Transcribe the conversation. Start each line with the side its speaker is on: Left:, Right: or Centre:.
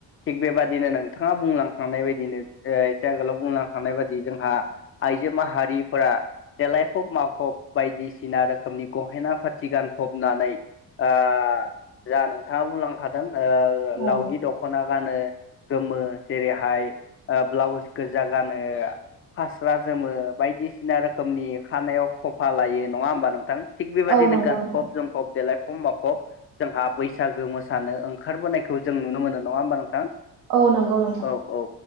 Left: थिग बेबादिनो नोंथाङा बुंलांखांनाय बायदिनो एसे आगोलाव बुंलांखांनाय बायदि जोंहा आइजो माहारिफोरा देलायफब माफब बायदिसिना रोखोमनि गहेना फार्थि गानफबनानै ओ जा नोंथाङा बुंलांखादों
Right: औ
Left: लावगि दख'ना गानो गोमो जेरैहाय ओ ब्लाउस गोजा गानो फार जोमो बायदिसिना रोखोमनि खानायाव खफा लायो नङा होमबा नोंथां? थिग बेबायदिनो
Right: औ नंगौ
Left: गानफब
Right: नोंथां
Left: जोमफब देलाय माफम माफब जोंहा बैसागो मोसानो ओंखारबोनायखौ जों नुनो मोनो नङा होमबा नोंथां।
Right: औ नंगौ नोंथां।
Left: औ औ